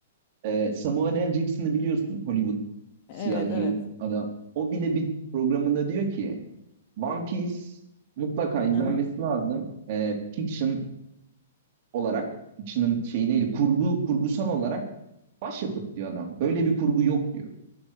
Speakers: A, on the right; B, on the left.
A: e, Samuel L. Jackson'ı biliyorsun Hollywood siyahi
B: Evet evet.
A: adam. O bile bir programında diyor ki One Piece mutlaka izlenmesi
B: Hı hı.
A: lazım. E, fiction olarak fiction'ın şeyi neydi? Kurgu, kurgusal olarak başyapıt diyor adam. Böyle bir kurgu yok diyor.